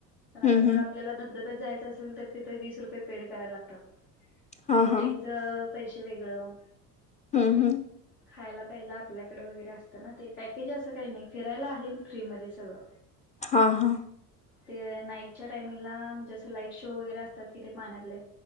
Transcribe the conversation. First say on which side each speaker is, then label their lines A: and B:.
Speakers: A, on the left; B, on the left.
A: पण आता
B: हम्म
A: जर
B: हम्म
A: आपल्याला धबधब यच असेल तर तिथ वीस रुपये पेड करायला लागतात
B: हां
A: बोटिंगचे
B: हां
A: पैसे वेगळं
B: हम्म हम्म
A: खायला प्यायला आपल्याकडे वगैरे असतं ना ते पॅकेज असं काही नाही फिरायला आहे फ्री मध्ये सगळं
B: हा हा
A: ते नाईटच्या टाइमिंगला म्हणजे असं लाईट शो वगैरे असतात कि ते पाण्यातले